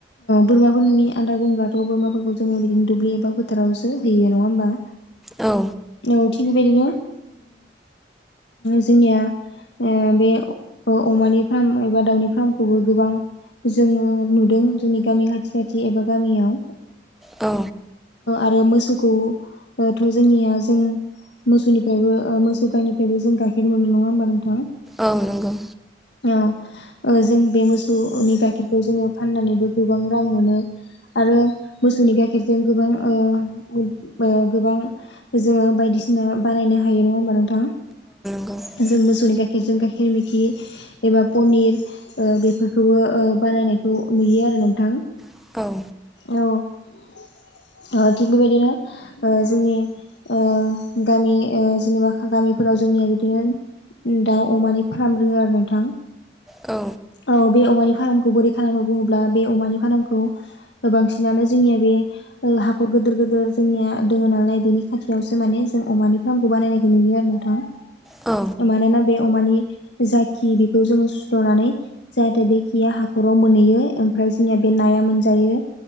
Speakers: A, on the left; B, in the centre.
A: बोरमाफोरनि आदार बुंब्लाथ' बोरमाफोरखौ जोङो बिदिनो दुब्लि एबा फोथारावसो होयो नङा होमबा
B: औ
A: औ थिग बेबायदिनो जोंनिया ओ बे अमानि फार्म एबा दाउनि फार्मखौबो गोबां जोङो नुदों जोंनि गामि खाथि खाथि एबा गामियाव
B: औ
A: आरो मोसौखौथ' जोंनिया जों मोसौनि फ्रायबो मोसौ गायनिफ्रायबो जों गाखेर मोनो नङा होमबा नोंथां
B: औ नंगौ
A: औ जों बे मोसौनि गाइखेरखौ जोङो फाननानैबो गोबां रां मोनो आरो मोसौनि गाइखेरजों गोबां ओ गोबां जोङो बायदिसिना बानायनो हायो नङा होमबा नोंथां
B: औ नंगौ जोङो
A: जों मोसौनि गाइखेरजों गाइखेर मेखि एबा पनिर ओ बेफोरखौबो ओ बानायनायखौ नुयो आरो नोंथां
B: बायदिसिना बानायनो हायो नङा होमबा? औ
A: औ ओ थिग बेबायदिनो ओ जोंनि ओ गामि जेनेबा गामिफोराव जोंनिया बिदिनो दाउ अमानि फार्म रोङो आरो नोंथां
B: औ
A: औ बे अमानि फार्मखौ बोरै खालामना बुङोब्ला बे अमानि फार्मखौ बांसिन बिनो जोंनिया बे हाखर गिदिर गिदिर जोंनिया दङ नालाय बेनि खाथियावसो माने जों अमानि फार्मखौ बानायनायखौ नुयो आरो नोंथां
B: औ
A: मानोना बे अमानि जाखि बेखौ जो नानै जाहाथे बे खिया हाखराव मोनहैयो ओमफ्राय जोंनिया बे नाया मोनजायो